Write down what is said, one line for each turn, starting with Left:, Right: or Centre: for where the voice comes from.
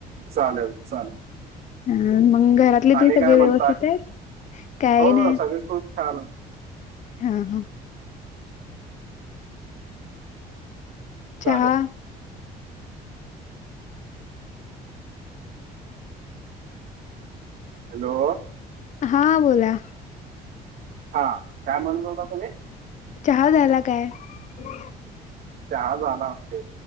Right: चालेल चालेल.
Left: हम्म मग घरातले
Right: आणि
Left: ते
Right: काय
Left: सगळे
Right: म्हणताय
Left: व्यवस्थित आहेत, काही
Right: हो
Left: नाही.
Right: सगळे खूप छान आहे.
Left: हा हा. चहा.
Right: चालेल हॅलो!
Left: हा बोला.
Right: हा काय म्हणत होता तुम्ही?
Left: चहा झाला काय. हो
Right: चहा झाला होते.